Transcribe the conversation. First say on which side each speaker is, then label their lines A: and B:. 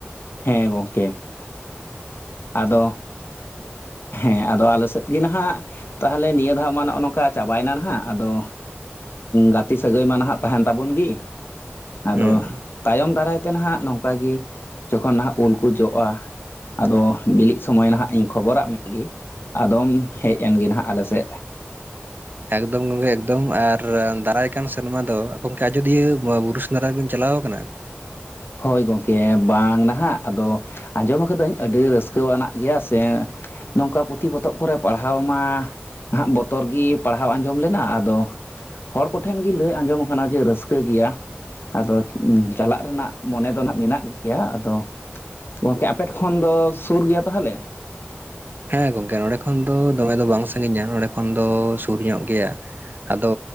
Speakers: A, on the left; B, on the right.
A: ᱦᱮᱸ ᱜᱚᱢᱠᱮ ᱟᱫᱚ ᱦᱮᱸ ᱟᱫᱚ ᱟᱞᱮ ᱥᱮᱫ ᱜᱮ ᱱᱟᱦᱟᱜ ᱛᱟᱦᱚᱞᱮ ᱱᱤᱭᱟᱹ ᱫᱷᱟᱣ ᱢᱟ ᱱᱚᱜᱼᱚ ᱱᱚᱝᱠᱟ ᱪᱟᱵᱟᱭᱮᱱᱟ ᱱᱟᱦᱟᱜ ᱟᱫᱚ ᱜᱟᱛᱮ ᱥᱟᱹᱜᱟᱹᱭ ᱢᱟ ᱱᱟᱦᱟᱜ ᱛᱟᱦᱮᱸᱱ ᱛᱟᱵᱚᱱ ᱜᱮ ᱟᱫᱚ
B: ᱦᱩᱸ
A: ᱛᱟᱭᱚᱢ ᱫᱟᱨᱟᱭ ᱛᱮ ᱱᱟᱦᱟᱜ ᱱᱚᱝᱠᱟ ᱜᱮ ᱡᱚᱠᱷᱚᱱ ᱱᱟᱦᱟᱜ ᱩᱞ ᱠᱚ ᱡᱚᱜᱼᱟ ᱟᱫᱚ ᱵᱤᱞᱤᱜ ᱥᱚᱢᱚᱭ ᱱᱟᱦᱟᱜ ᱤᱧ ᱠᱷᱚᱵᱚᱨᱟᱜ ᱢᱮᱜᱮ ᱟᱫᱚᱢ ᱦᱮᱡ ᱮᱱᱜᱮ ᱱᱟᱦᱟᱜ ᱟᱞᱮ ᱥᱮᱫ
B: ᱮᱠᱫᱚᱢ ᱜᱚᱝᱠᱮ ᱮᱠᱫᱚᱢ ᱟᱨ ᱫᱟᱨᱟᱭ ᱠᱟᱱ ᱥᱮᱨᱢᱟ ᱫᱚ ᱜᱚᱝᱠᱮ ᱟᱡᱚᱫᱤᱭᱟᱹ ᱵᱩᱨᱩ ᱫᱷᱟᱨᱟ ᱵᱤᱱ ᱪᱟᱞᱟᱣ ᱟᱠᱟᱱᱟ
A: ᱦᱳᱭ ᱜᱚᱢᱠᱮ ᱵᱟᱝ ᱱᱟᱦᱟᱜ ᱟᱫᱚ ᱟᱸᱡᱚᱢ ᱟᱠᱟᱹᱫᱟᱹᱧ ᱟᱹᱰᱤ ᱨᱟᱹᱥᱠᱟᱹᱣᱟᱱᱟᱜ ᱜᱮᱭᱟ ᱥᱮ ᱱᱚᱝᱠᱟ ᱯᱩᱛᱷᱤ ᱯᱚᱛᱚᱵ ᱠᱚᱨᱮ ᱯᱟᱲᱦᱟᱣ ᱢᱟ ᱦᱟᱸᱜ ᱵᱚᱛᱚᱨ ᱜᱮ ᱯᱟᱲᱦᱟᱣ ᱟᱸᱡᱚᱢ ᱞᱮᱱᱟ ᱟᱫᱚ ᱦᱚᱲ ᱠᱚᱴᱷᱮᱱ ᱜᱮ ᱞᱟᱹᱭ ᱟᱸᱡᱚᱢ ᱟᱠᱟᱱᱟ ᱡᱮ ᱨᱟᱹᱥᱠᱟᱹ ᱜᱮᱭᱟ ᱟᱫᱚ ᱩᱸ ᱪᱟᱞᱟᱜ ᱨᱮᱱᱟᱜ ᱢᱚᱱᱮ ᱫᱚ ᱦᱟᱜ ᱢᱮᱱᱟᱜ ᱜᱮᱭᱟ ᱟᱫᱚ ᱜᱚᱝᱠᱮ ᱟᱯᱮ ᱠᱷᱚᱱ ᱫᱚ ᱥᱩᱨ ᱜᱮᱭᱟ ᱛᱟᱦᱚᱞᱮ
B: ᱦᱮᱸ ᱜᱚᱝᱠᱮ ᱱᱚᱸᱰᱮ ᱠᱷᱚᱱ ᱫᱚ ᱫᱚᱢᱮ ᱫᱚ ᱵᱟᱝ ᱥᱟᱺᱜᱤᱧᱟ ᱱᱚᱸᱰᱮ ᱠᱷᱚᱱ ᱫᱚ ᱥᱩᱨ ᱧᱚᱜ ᱜᱮᱭᱟ ᱟᱫᱚ